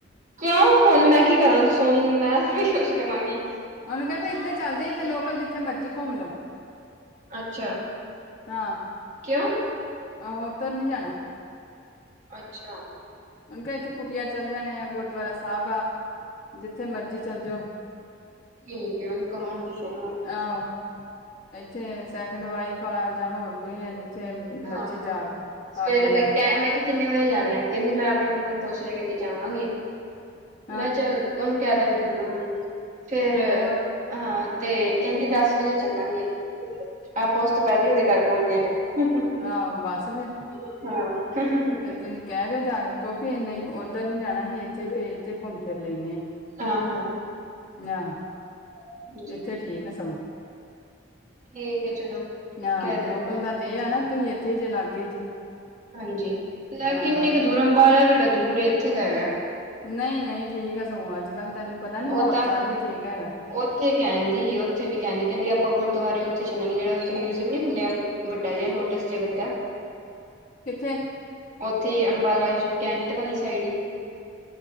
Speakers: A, on the right; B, on the left.
A: ਕਿਉਂ ਹੁਣ ਮੈਂ ਕੀ ਕਰਾਂ, ਦੱਸੋ ਹੁਣ ਮੈਂ ਥੋੜੀ ਕੁਛ ਕਵਾਂਗੀ।
B: ਉਹਨੂੰ ਕਹੋ ਬਈ ਇੱਥੇ ਚਲਦੇ, ਇਥੇ ਲੋਕਲ ਜਿੱਥੇ ਮਰਜ਼ੀ ਘੁੰਮਲੋ।
A: ਅੱਛਾ।
B: ਹਾਂ।
A: ਕਿਉ
B: ਆਹੋ ਉਧਰ ਨੀ ਜਾਣਾ।
A: ਅੱਛਾ।
B: ਉਹਨੂ ਕਿਹਾ ਇੱਥੇ ਕੁਟਿਆ ਚੱਲ ਜਾਣੇ ਆ ਗੁਰਦੁਆਰਾ ਸਾਹਿਬ ਆ ਜਿੱਥੇ ਮਰਜੀ ਚੱਲ ਜਾਓ।
A: ਠੀਕ ਹੈ ਉਹਨੂੰ ਕਵਾਂਗੀ ਫਿਰ ਮੈਂ
B: ਆਹੋ ਇੱਥੇ ਸੈਕਿੰਡ ਵਾਈਫ ਆ ਜਾਂ ਹੋਰ ਕੋਈ ਆ ਜਿੱਥੇ ਮਰਜੀ
A: ਹਾਂ
B: ਜਾ ਕੇ ਖਾ
A: ਸਵੇਰੇ
B: ਪੀ
A: ਤੱਕ
B: ਆਓ।
A: ਕ ਮੈਂ ਕਿੰਨੇ ਵਜੇ ਜਾਣਾ ਹੈ ਕਹਦੀ ਮੈਂ ਆਪਣੀ ਮੰਮਾ ਨੂੰ ਪੁੱਛ ਲਿਆ ਕਹਦੀ ਜਾਵਾਂਗੀ
B: ਹਾਂ
A: ਮੈਂ ਚੱਲ ਹੁਣ ਕਹਿ ਦਾਂਗੇ ਤੇਰੀ ਮੰਮਾ ਨੂੰ ਫੇਰ
B: ਹੋਰ
A: ਹਾਂ ਤੇ ਕਹਿੰਦੀ ਦਸ ਵਜੇ ਚੱਲਾਂਗੇ। ਆਪਾਂ ਉਸ ਤੋਂ ਪਹਲੈ ਉਹਦੇ ਘਰ ਪਹੁੰਚ ਜਾਨਾ
B: ਹਾ ਬੱਸ ਫੇਰ
A: ਹਾਂ <inaudible>
B: ਤੇ ਤੁਸੀਂ ਕਹਿ ਦਿਓ ਜਾ ਕੇ ਕਿਉਕਿ ਨਹੀ ਉਧਰ ਨੀ ਜਾਣਾ ਅਸੀ ਇੱਥੇ ਹੀ ਇਥੇ ਹੀ ਘੁੰਮ ਫਿਰ ਲੈਂਣੇ ਆ।
A: ਹਾਂ -ਹਾਂ।
B: ਅਹਾ
A: ਹਾਂਜੀ
B: ਇੱਥੇ ਠੀਕ ਆ ਸਗੋਂ।
A: ਠੀਕ ਏ ਚਲੋ।
B: ਆ
A: ਕਹਿ ਦਾਂਗੀ
B: ਲੋਕਲ
A: ਮੈਂ
B: ਦਾ ਤੇ ਇਹ ਏ ਨਾ ਤੁਸੀਂ ਇੱਥੇ ਜੇ ਲਾਗੇ ਜੇ
A: ਹਾਂਜੀ
B: ਹਾਂ
A: ਕਿੰਨੇ
B: ਅੱਜ
A: ਕ ਦੂਰ ਅੰਬਾਲਾ ਕਿਹੜਾ ਦੂਰ ਏ ਇੱਥੇ ਤਾਂ ਹੈਗਾ।
B: ਨਹੀਂ- ਨਹੀਂ ਠੀਕ ਆ ਸਗੋਂ ਅੱਜ ਕੱਲ ਤੈਨੂੰ ਪਤਾ ਨੀ
A: ਉਹ
B: ਮਹੋਲ
A: ਤਾਂ
B: ਚਾਲ ਨੀ ਠੀਕ ਹੈਗਾ।
A: ਉੱਥੇ ਕਹਿੰਦੀ ਸੀ ਉੱਥੇ ਵੀ ਕਹਿੰਦੀ -ਕਹਿੰਦੀ ਆਪਾਂ ਗੁਰਦੁਆਰੇ ਉਥੇ ਚਲਾਂਗੇ ਜਿਹੜਾ ਉੱਥੇ ਮਿਊਜ਼ੀਅਮ ਨੀ ਖੁੱਲਿਆ। ਵੱਡਾ ਜਿਹਾ ਲੋਟਸ ਜਿਹੇ ਵਰਗਾ
B: ਕਿੱਥੇ
A: ਉੱਥੇ ਹੀ ਅੰਬਾਲਾ ਕੈਂਟ ਵਾਲੀ ਸਾਈਡ ਹੀ